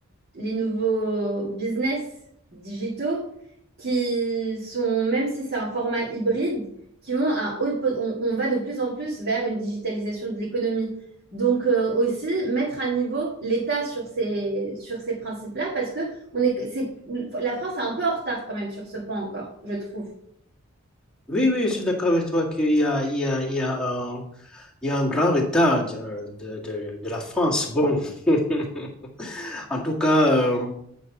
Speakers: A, on the right; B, in the centre.
A: les nouveaux business digitaux qui sont, même si c'est un format hybride, qui ont un haut, on, on va de plus en plus vers une digitalisation de l'économie. Donc euh, aussi mettre à niveau l'État sur ces, sur ces principes-là, parce que on est, c'est, la France est un peu en retard quand même sur ce point encore, je trouve.
B: oui, oui, je suis d'accord avec toi qu'il y a, il y a, il y a un, il y a un grand retard de, de, de- de la France. Bon, <laughs> en tout cas, euh,